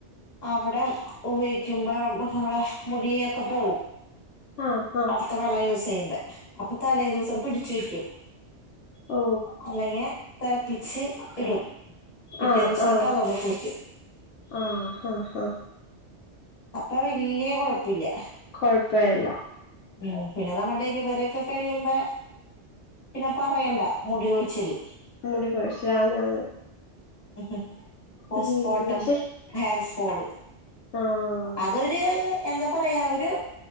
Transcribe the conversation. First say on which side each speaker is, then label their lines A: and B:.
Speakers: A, on the left (about 35°); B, on the left (about 75°).
A: അവടെ ഉപയോഗിക്കുമ്പോ നമ്മടെ മുടി ഒക്കെ പോകും
B: ആഹ് ഹ
A: ത്ത വെള്ളയൂസയ്യ്ൺണ്ട് അപ്പൊ തലേ ദിവസം പിടിച് വെക്ക്യും
B: ഓ
A: അല്ലെങ്ങെ തളപ്പിച്ച് ഇടും പിറ്റേ
B: ആഹ്
A: ദിവസാൺട്ടതോണ്ട്
B: ആഹ്
A: കുളിക്ക്യും
B: ആഹ് ആഹ് ആഹ്
A: അപ്പൊ വല്യേ കൊഴപ്പുല്ല്യ
B: കൊഴപ്പേല്ല
A: ഉം പിന്നെ നമ്മ ഡെലിവറിയൊക്കെ കഴിയുമ്പാ പിന്നെ പറയണ്ട മുടികൊഴിച്ചില്
B: മുടികോഴിശ്ശിലാന്നാന്ന്
A: ഹ് ഹും പോസ്പോട്ടം
B: ഉം, പക്ഷെ
A: ഹെയർ ഫോള്
B: ആഹ്
A: അതൊര് എന്താ പറയാ ഒരു